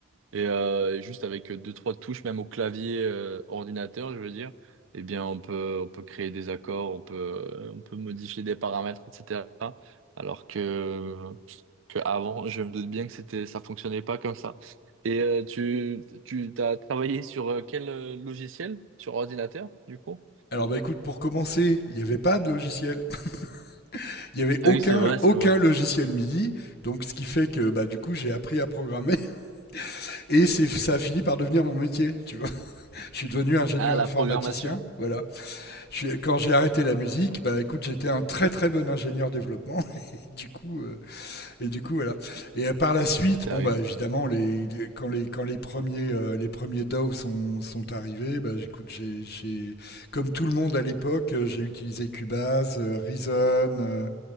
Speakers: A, on the right; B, on the left.
A: Et, euh, et juste avec euh, deux, trois touches, même au clavier euh, ordinateur, je veux dire, eh bien, on peut, on peut créer des accords, on peut, euh, on peut modifier des paramètres, etc. Alors que, que avant, je me doute bien que c'était, ça fonctionnait pas comme ça. Et euh, tu, tu t'as travaillé sur euh, quel euh, logiciel? Sur ordinateur, du coup?
B: Alors bah écoute, pour commencer, il n'y avait pas de logiciel. <laughs> Il n'y avait
A: Ah
B: aucun,
A: oui, c'est vrai, c'est
B: aucun
A: vrai.
B: logiciel MIDI. Donc ce qui fait que bah du coup j'ai appris à programmer <laughs> et c'est, ça a fini par devenir mon métier. Tu vois, <laughs> je suis devenu ingénieur
A: Ah, la
B: informaticien.
A: programmation,
B: Voilà. Je suis- quand j'ai arrêté la musique, bah écoute, j'étais un très très bon ingénieur développement. <laughs> Et du coup, euh, Et du coup, voilà. Et euh, par la suite,
A: tout
B: bon,
A: arrive.
B: bah, évidemment, les, les- quand, les, quand les premiers, euh, les premiers DAW sont, sont arrivés, bah, écoute, j'ai, j'ai- comme tout le monde à l'époque, euh, j'ai utilisé Cubase, euh, Reason, euh,